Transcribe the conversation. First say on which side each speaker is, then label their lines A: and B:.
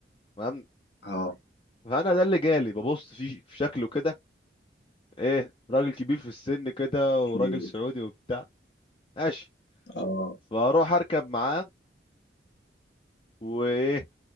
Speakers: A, on the left; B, on the left.
A: فاهم
B: اه
A: فانا ده اللي جالي ببص فيه في شكله كده ايه راجل كبير في السن كده
B: كتير
A: وراجل سعودي وبتاع ماشي
B: اه
A: فاروح اركب معاه وايه